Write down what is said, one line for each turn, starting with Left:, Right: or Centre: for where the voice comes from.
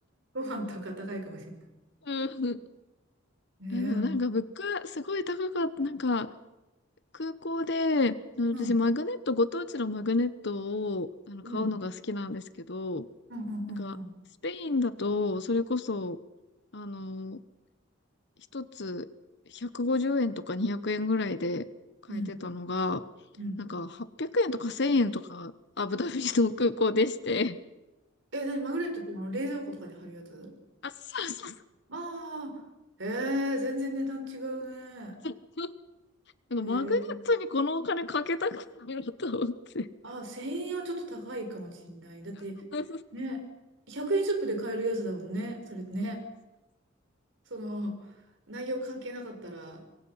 Right: ご飯とか高いかもしれな
Left: うん。
Right: い。ねえ。
Left: あでもなんか物価すごい高かった。
Right: うん、
Left: なんか空港で、あの私、
Right: うん、
Left: マグネット、ご当地のマグネットをあの買うのが好きなんですけど、
Right: うん、うん、うん
Left: なんか、スペインだと、それこそ、あの、一つ150円とか200円ぐらいで買えてたのが、
Right: うん、うん。うん
Left: なんか800円とか1000円とか、アブダビの空港でして、
Right: え、何マグネットってあの冷蔵庫とかに貼るやつ
Left: あ、そうそうそう。
Right: ああー、えー、全然値段違うね。
Left: <laughs> なんかマグネットにこのお金かけたくないなと思って。
Right: えー、あ、1000円はちょっと高いかもしんない。だって、
Left: <laughs>
Right: ね、100円ショップで買えるやつだもんね。それね。その、内容関係なかったら、